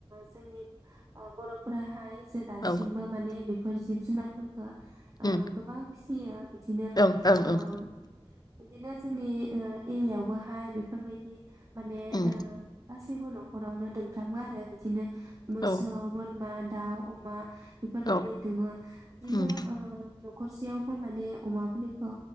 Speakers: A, on the right; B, on the left.
A: जोंनि ओ बर'फोरा हाय जे दासिमबो
B: औ
A: माने बे फोर जिब जुनारफोरफोरखो ओ
B: उम
A: गोबां फि सियो बिदिनो
B: ओं ओं
A: ओ
B: ओं
A: बिदिनो जोंनि ओ एरियावबोहाय बेफोरबायदि माने
B: उम
A: ओ गासैबो न'खरावनो दों फ्रामो आरो बिदिनो मोसौ
B: औ
A: बोरमा दाउ अमा बेफोर माने
B: औ
A: दोंङो बिदिनो
B: उम
A: ओ न'खरसेयाव बो माने अमा फुलिखौ